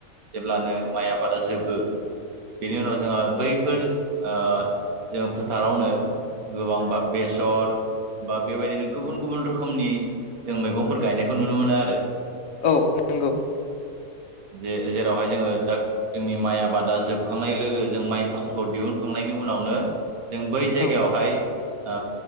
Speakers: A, on the right; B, on the left.
A: जेब्लानो माइ आबादा जोबो बेनि उनाव जोंहा बैफोर ओ जों फोथारावनो गोबांबा बेसर बा बेबायदिनो गुबुन गुबुन रोखोमनि जों मैगंफोर गायनायखौ नुनो मोनो आरो
B: औ नोंगौ
A: जे जेरावहाय जोङो दा जोंनि माइ आबादा जोबखांनाय लोगो जों माइ फसलखौ दिहुनखांनायनि उनावनो जों बै जायगायावहाय
B: औ
A: ओ